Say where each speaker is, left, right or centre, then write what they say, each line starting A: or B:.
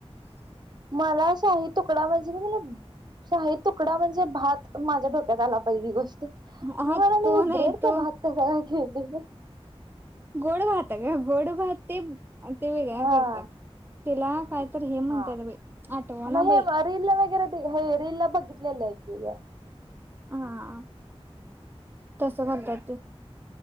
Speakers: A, on the right; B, on the right.
A: मला शाही तुकडा म्हणजे मला. शाही तुकडा म्हणजे भात माझ्या डोक्यात आला पहिली गोष्ट.
B: हा
A: मी
B: तो नाही
A: ब्रेडचा
B: तो
A: भात कसाकाय केली.
B: गोड भात का गोड भात ते ते वेगळा
A: हा
B: करतात. तिला काय तर हे म्हणतात
A: हा
B: बाई आठवना
A: हे
B: बाई
A: रीलला वगैरे हे रील ला बघितलेलंय. ठीकय.
B: हा तसं <unintelligible> करतात ते